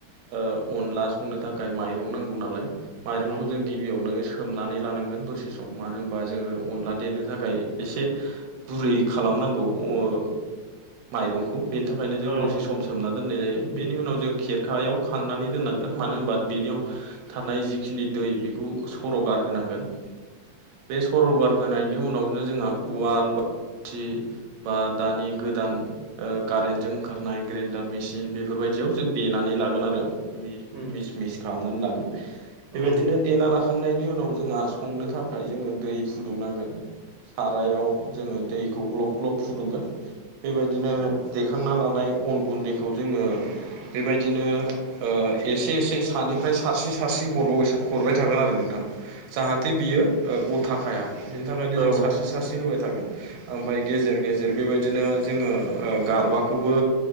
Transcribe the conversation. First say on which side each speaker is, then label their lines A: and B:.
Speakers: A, on the right; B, on the right.
A: ओ अनला संनो थाखाय माइरं नांगौ नालाय माइरंखौ
B: उम
A: जों गिबियावनो सो होमनानै लानांगोन दसे सम मानो होमबा जोङो अनला देनो थाखाय एसे गुरै खालामनांगौ <unintelligible> माइरंखौ बेनि थाखायनो जों
B: औ
A: दसे समस होमना दोननाय जायो बेनि उनाव जों खेरखायाव खांनानै दोननांगोन मानो होमबा बेनियाव थानाय जिखिनि दै बेखौ सर'गारहोनांगोन बे सर'गारखोनायनि उनावनो जोंहा उवाल बाथि बा दानि गोदान ओ कारेन्टजों ओंखारनाय ग्रेन्डार मेसिन बेफोरबायदियाव जों देनानै लागोन आरो मि
B: उम
A: मिस मिस खामनानै लागोन
B: उम
A: बेबायदिनो देना लाख खांनायनि उनाव जोंहा संनो थाखाय जोङो दै फुदुंनांगोन। सारायाव जोङो दैखौ ग्लब ग्लब फुदुंगोन। बेबायदिनो
B: उम
A: देखांना लानाय अन गुन्दैखौ जोङो बेबायदिनो। ओ-एसे एसे सानिफ्राय सारस्रि सारस्रि हराव हरबाय थागोन आरो नोंथां। जाहाथे बियो गथाखाया बिनि थाखायनो
B: औ औ
A: जों सारस्रि सारस्रि होबाय थागोन। ओमफ्राय गेजेर गेजेर बेबायदिनो जोङो ओ गारबाखौबो।